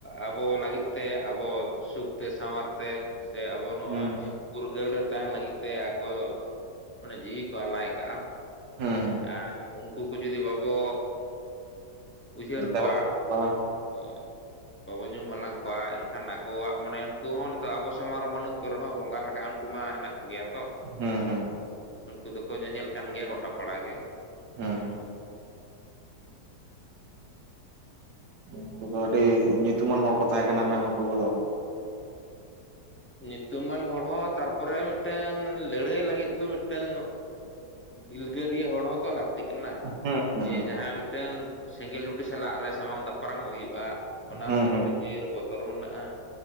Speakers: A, on the left; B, on the right.
A: ᱟᱵᱚ ᱞᱟᱹᱜᱤᱫ ᱛᱮ ᱟᱵᱚ ᱥᱩᱠᱛᱮ ᱥᱟᱶᱟᱨ ᱛᱮ ᱥᱮ ᱟᱵᱚ ᱱᱚᱜᱼᱚᱭ
B: ᱦᱩᱸ
A: ᱯᱷᱩᱨᱜᱟᱹᱞ ᱨᱮ ᱛᱟᱦᱮᱱ ᱞᱟᱹᱜᱤᱫ ᱛᱮ ᱟᱠᱚ ᱚᱱᱮ ᱡᱤᱣᱤ ᱠᱚ ᱟᱞᱟᱭ ᱟᱠᱟᱜᱼᱟ
B: ᱦᱩᱸ
A: ᱟᱨ ᱩᱱᱠᱩ ᱠᱚ ᱡᱩᱫᱤ ᱵᱟᱵᱚ ᱩᱭᱦᱟᱹᱨ
B: ᱦᱩᱸ ᱫᱮᱵᱟ
A: ᱠᱚᱣᱟ
B: ᱥᱮᱵᱟ
A: <inaudible> ᱵᱟᱵᱚᱸ ᱧᱩᱢ ᱦᱟᱞᱟᱝ ᱠᱚᱣᱟ ᱮᱱᱠᱷᱟᱱ ᱟᱠᱚᱣᱟᱜ ᱢᱟᱱᱮ ᱼᱠᱩ ᱦᱚᱸ ᱱᱤᱛᱚᱜ ᱟᱵᱚ ᱥᱟᱢᱟᱝ ᱨᱮ ᱵᱟᱹᱱᱩᱜ ᱠᱚ ᱨᱮᱦᱚᱸ ᱵᱚᱸᱜᱟ ᱞᱮᱠᱟ ᱩᱱᱠᱩ ᱢᱟ ᱦᱮᱱᱟᱜ ᱠᱚᱜᱮᱭᱟ ᱛᱚ
B: ᱦᱩᱸ ᱦᱩᱸ
A: ᱩᱱᱠᱩ ᱫᱚᱠᱚ ᱧᱮᱧᱮᱞ ᱠᱟᱱ ᱜᱮᱭᱟ ᱜᱚᱴᱟ ᱯᱟᱲᱟ ᱜᱮ
B: ᱦᱮᱸ ᱩᱱᱠᱩ ᱫᱚ ᱟᱹᱰᱤ ᱧᱩᱛᱩᱢᱟᱱ ᱦᱚᱲ ᱠᱚ ᱛᱟᱦᱮᱸ ᱠᱟᱱᱟ ᱱᱟᱜ ᱩᱱᱠᱩ ᱠᱚᱫᱚ᱾
A: ᱧᱩᱛᱩᱢᱟᱱ ᱦᱚᱲ ᱦᱚᱸ ᱛᱟᱨ ᱯᱚᱨᱮ ᱢᱤᱫᱴᱟᱝ ᱞᱟᱹᱲᱦᱟᱹᱭ ᱞᱟᱹᱜᱤᱫ ᱛᱮᱫᱚ ᱢᱤᱫᱴᱝ ᱫᱤᱞᱜᱟᱹᱨᱤᱭᱟᱹ ᱦᱚᱲ ᱦᱚᱸᱛᱚ ᱞᱟᱹᱠᱛᱤ ᱠᱟᱱᱟ
B: ᱦᱩᱸ ᱦᱩᱸ
A: ᱡᱮ ᱡᱟᱦᱟᱸ ᱢᱤᱫᱴᱟᱝ ᱥᱮᱸᱜᱮᱞ ᱴᱩᱴᱤ ᱥᱟᱞᱟᱜ ᱨᱮ ᱥᱟᱢᱟᱝ ᱫᱟᱯᱨᱟᱝ ᱚᱜ ᱦᱩᱭᱩᱜᱼᱟ ᱚᱱᱟ
B: ᱦᱩᱸ
A: ᱦᱚᱸᱛᱚ ᱢᱤᱫᱴᱮᱱ ᱡᱤᱣᱤ ᱨᱮ ᱵᱚᱛᱚᱨ ᱢᱮᱱᱟᱜᱼᱟ᱾